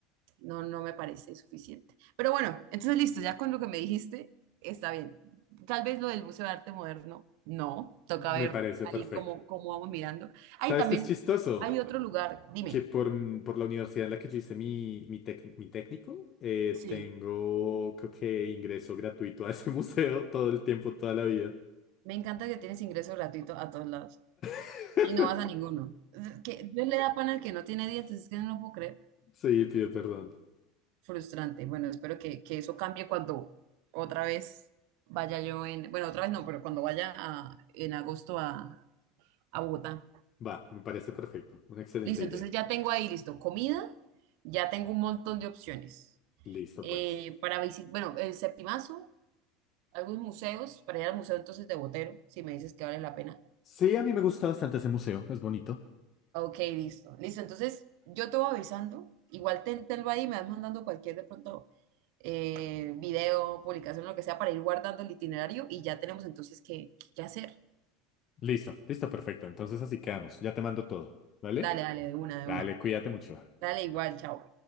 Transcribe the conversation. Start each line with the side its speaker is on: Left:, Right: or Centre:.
Right: no, no me parece suficiente. Pero bueno, entonces listo, ya con lo que me dijiste, está bien. Tal vez lo del Museo de Arte Moderno, no, toca ver
Left: Me parece
Right: ahí
Left: perfecto.
Right: cómo, cómo vamos mirando.
Left: ¿Sabes
Right: Ahí también
Left: qué es chistoso?
Right: hay otro lugar, dime.
Left: que por, mm, por la universidad en la que yo hice mi, mi, tec- mi técnico, eh,
Right: Sí,
Left: tengo, creo que ingreso gratuito a ese <laughs> museo todo el tiempo, toda la vida.
Right: me encanta que tienes ingreso gratuito a todos lados
Left: <laughs>
Right: y no vas a ninguno. Es Que Dios le da pan al que no tiene dientes, es que no lo puedo creer.
Left: Sí, pido perdón.
Right: Frustrante. Bueno, espero que, que eso cambie cuando otra vez vaya yo en, bueno, otra vez no, pero cuando vaya a- en agosto a, a Bogotá.
Left: Va, me parece perfecto. Una excelente
Right: Listo,
Left: idea.
Right: entonces ya tengo ahí, listo, comida, ya tengo un montón de opciones.
Left: Listo,
Right: Eh,
Left: pues.
Right: para visitar, bueno, el Septimazo, algunos museos, para ir al museo entonces de Botero, si me dices que vale la pena.
Left: Sí, a mí me gusta bastante ese museo. Es bonito.
Right: Ok, listo, listo, entonces yo te voy avisando, igual ten, tenlo ahí, me vas mandando cualquier de pronto eh, video, publicación, lo que sea, para ir guardando el itinerario y ya tenemos entonces qué, qué hacer.
Left: Listo, listo, perfecto. Entonces así quedamos. Ya te mando todo. ¿Vale?
Right: Dale, dale, de una,
Left: Dale,
Right: de una.
Left: cuídate mucho.
Right: Dale, igual, chao.